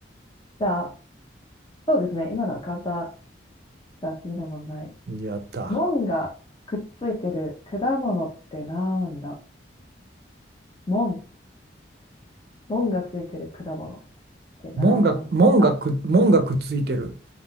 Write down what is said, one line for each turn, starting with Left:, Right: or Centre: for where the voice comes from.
Left: じゃあ、そうですね。今のは簡単。じゃあ次の問題。
Right: やった。
Left: 門がくっついてる果物ってなんだ門、門がついてる果物ってなんだ
Right: 門が、門がく、門がくっついてる